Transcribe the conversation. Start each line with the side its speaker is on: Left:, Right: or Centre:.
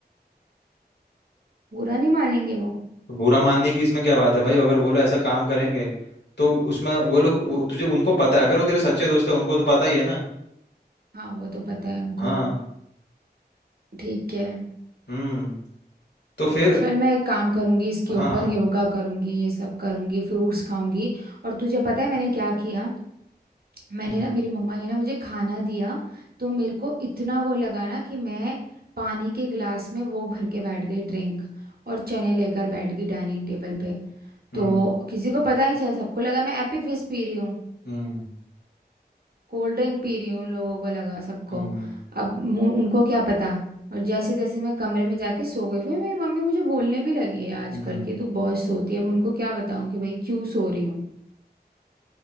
Right: बुरा नहीं मानेंगे वो
Left: तो बुरा मानने की इसमें क्या बात है भाई अगर वो लोग ऐसा काम करेंगे तो उसमें वो लोग वो, तुझे उनको पता है अगर वो तेरे सच्चे दोस्त है उनको तो पता ही है ना
Right: हाँ वो तो पता है उनको
Left: हाँ
Right: ठीक है
Left: हम्म तो फिर
Right: चल मैं एक काम करूंगी इसके ऊपर
Left: हाँ
Right: योगा करूंगी ये सब करूंगी फ्रूट्स खाऊंगी और तुझे पता है मैंने क्या किया मैंने
Left: हम्म
Right: ना मेरी मम्मा ने ना मुझे खाना दिया तो मेरे को इतना वो लगा ना कि मैं पानी के गिलास में वो भर के बैठ गई ड्रिंक और चने लेकर बैठ गई डाइनिंग टेबल पे
Left: हम्म
Right: तो किसी को पता नहीं चला सबको लगा मैं एप्पी फिज पी रही हूँ
Left: हम्म
Right: कोल्ड ड्रिंक पी रही हूँ उन लोगों को लगा सबको
Left: हम्म
Right: अब मु- उनको क्या पता और जैसे जैसे मैं कमरे में जाके सो गई फिर मेरी मम्मी मुझे बोलने भी लगी है आजकल
Left: हम्म
Right: कि तू बहुत सोती है अब उनको क्या बताऊं कि भाई क्यों सो रही हूँ